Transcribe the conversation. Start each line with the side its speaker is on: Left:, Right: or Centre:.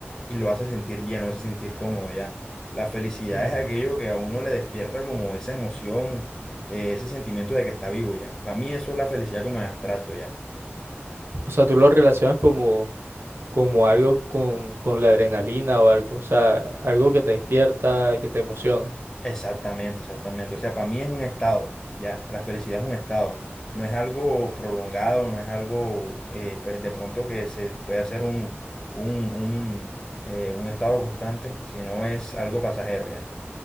Left: y lo hace sentir bien, lo hace sentir cómodo ya. La felicidad
Right: Ujú.
Left: es aquello que a uno le despierta como esa emoción, eh, ese sentimiento de que está vivo ya. Para mí eso es la felicidad como en abstracto ya.
Right: O sea, tú lo relacionas como, como algo con, con la adrenalina o algo, o sea, algo que te despierta, que te emociona.
Left: Exactamente, exactamente. O sea, para mí es un estado, ya, la felicidad es un estado. No es algo prolongado, no es algo, eh, pues de pronto que se puede hacer un, un, un, eh, un estado constante, sino es algo pasajero, ya.